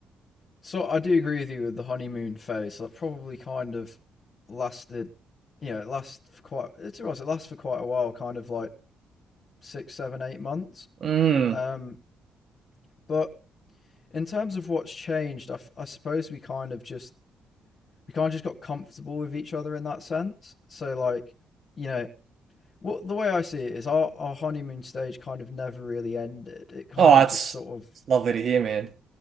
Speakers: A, on the left (about 50°); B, on the right (about 55°).
A: so I do agree with you with the honeymoon phase. That probably kind of lasted, you know, it lasts for quite. It's right. It lasts for quite a while, kind of like six, seven, eight months.
B: Mm.
A: Um, but in terms of what's changed, I, f- I suppose we kind of just we kind of just got comfortable with each other in that sense. So like, you know, what the way I see it is our our honeymoon stage kind of never really ended. It kind
B: Oh, that's
A: of just sort of
B: it's lovely to hear, man.